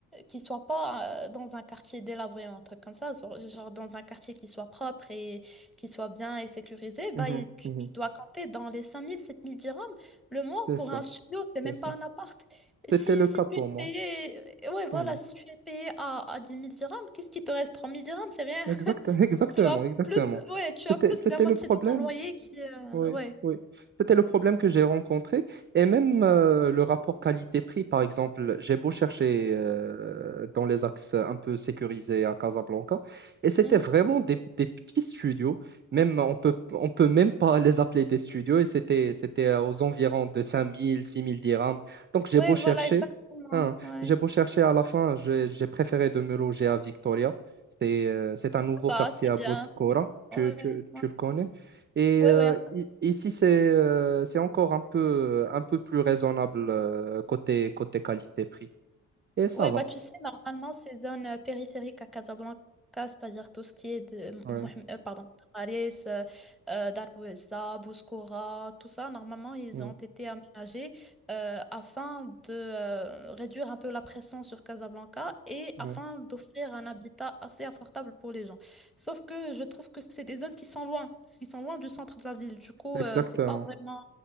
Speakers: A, in the centre; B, on the right.
A: qui soit pas euh, dans un quartier délabré, ou un truc comme ça, genre, genre dans un quartier qui soit propre et qui soit bien et sécurisé, bah
B: Mhm,
A: et tu,
B: mhm.
A: tu dois compter dans les cinq mille sept mille dirhams le mois
B: C'est
A: pour
B: ça,
A: un studio, c'est même
B: c'est ça.
A: pas un appart. Si,
B: C'était le
A: si
B: cas
A: tu
B: pour
A: es
B: moi.
A: payé, euh, ouais, voilà,
B: Mmh.
A: si tu es payé à, à dix mille dirhams, qu'est-ce qui te reste? trois mille dirhams, c'est rien.
B: Exact,
A: <laughs>
B: <laughs> exactement,
A: Tu as
B: exactement.
A: plus, ouais, tu
B: C'était,
A: as plus
B: c'était
A: de la moitié
B: le problème,
A: de ton loyer qui, euh,
B: oui,
A: ouais.
B: oui. C'était le problème que j'ai rencontré. Et même euh, le rapport qualité-prix, par exemple, j'ai beau chercher euh, dans les axes un peu sécurisés à Casablanca, et c'était
A: Mhm.
B: vraiment des, des petits studios. Même, on peut, on peut même pas <laughs> les appeler des studios, et c'était, c'était aux environs de cinq mille, six mille dirhams. Donc j'ai
A: Ouais,
B: beau chercher,
A: voilà, exactement.
B: hein,
A: Ouais.
B: j'ai beau chercher à la fin, j'ai j'ai préféré de me loger à Victoria. C'est euh, c'est un nouveau
A: Ah Bah,
B: quartier
A: c'est
B: à
A: bien.
B: Boscora. Tu,
A: Ouais,
B: tu,
A: ouais.
B: tu le connais? Et
A: Ouais,
B: euh,
A: ouais.
B: i- ici, c'est euh, c'est encore un peu, un peu plus raisonnable euh, côté, côté qualité-prix. Et ça
A: Ouais,
B: va.
A: bah, tu sais, normalement, ces zones euh, périphériques à Casablanca, c'est-à-dire tout ce qui est de euh,
B: Ouais,
A: Mohamed- euh, pardon, Tararis, euh, euh, Dar Bouezza, Bouskoura, tout ça, normalement, ils
B: ouais,
A: ont été aménagés euh, afin de euh, réduire un peu la pression sur Casablanca et
B: ouais.
A: afin
B: ouais.
A: d'offrir un habitat assez abordable pour les gens. Sauf que je trouve que c'est des zones qui sont loin, qui sont loin du centre de la ville. Du coup,
B: Exactement.
A: euh, c'est pas vraiment.